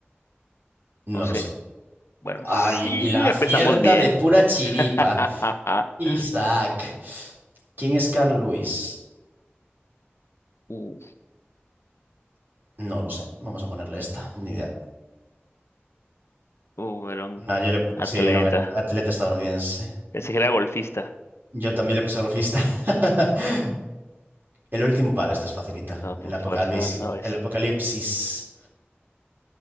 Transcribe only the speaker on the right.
No
lo sé.
Ay,
y la acierta
de pura
chiripa. Isaac. ¿Quién es Carl Lewis?
No lo sé. Vamos a ponerle esta. Ni idea.
No, yo le...
Sí, era un at- atleta estadounidense.
Yo también le puse golfista. <laughs> El último, vale, esta es facilita.
El
apocalipsis.
El apocalipsis.